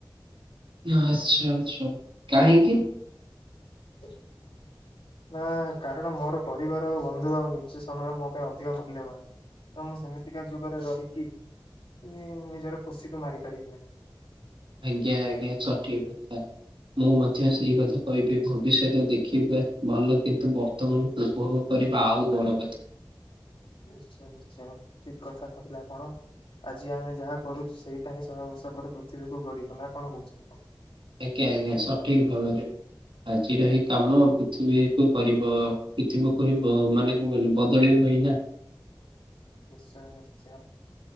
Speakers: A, on the right (about 80°); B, on the left (about 85°).
A: ନା ଆଚ୍ଛା, ଆଚ୍ଛା କାହିଁକି?
B: <inaudible> ନା କାରଣ ମୋର ପରିବାର ବନ୍ଧୁ ଆଉ ନିଜ ସମୟ ମୋ ପାଇଁ ଅଧିକ ମୂଲ୍ୟବାନ। ତ ମୁଁ ସେମିତିକା ଯୁଗରେ ରହିକି ଉମ ନିଜର ଖୁସିକୁ ମାରି ପାରିବିନି।
A: ଆଜ୍ଞା ଆଜ୍ଞା ସଠିକ ପଥ। ମୁଁ ମଧ୍ୟ ସେଇ କଥା କହିବି ଭବିଷ୍ୟତ ଦେଖିବା ଭଲ କିନ୍ତୁ ବ ତମ ଉପଭୋଗ କରିବା ଆଉ ବଡ କଥା।
B: ନିଶ୍ଚୟ ନିଶ୍ଚୟ ଠିକ କଥା କହିଲା ଆପଣ। ଆଜି ଆମେ ଯାହା କରୁଚୁ ସେଇଟା ହିଁ ଶହେ ବର୍ଷ ପରେ ପୃଥିବୀକୁ ଗଡିବ ନା କଣ କହୁଚ?
A: ଆଜ୍ଞା ଆଜ୍ଞା ସଠିକ ଭାବରେ। ଆଜିରହି କାମ ପୃଥିବୀ କୁ କରିବ ପୃଥିବୀକୁ ହେବ ମାନେ କଣ କହିଲ ବଦଳିବଇନା।
B: ନିଶ୍ଚୟ ନିଶ୍ଚୟ।